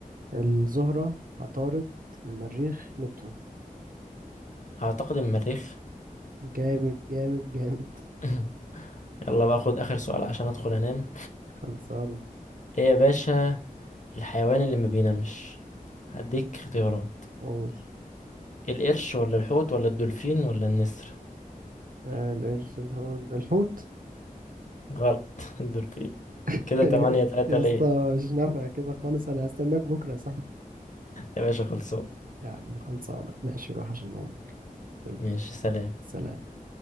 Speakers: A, on the right; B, on the left.
A: الزهرة عطارد المريخ نبتون
B: اعتقد المريخ
A: جامد جامد جامد
B: <laughs> يلا بقى خد اخر سؤال عشان ادخل انام
A: <laughs> خلصانة
B: ايه يا باشا الحيوان اللي ما بينامش هديك اختيارات
A: قول
B: القرش ولا الحوت ولا الدولفين ولا النسر
A: آه، القرش الحوت الحوت
B: غلط <laughs> الدولفين
A: <laughs>
B: كده تمانية تلاتة
A: يا
B: ليا
A: اسطى مش نافع كده خالص انا هستناك بكره يا صاحبي
B: يا باشا خلصان
A: يا عم خلصانه ماشي روح عشان نوم يلا
B: ماشي سلام
A: سلام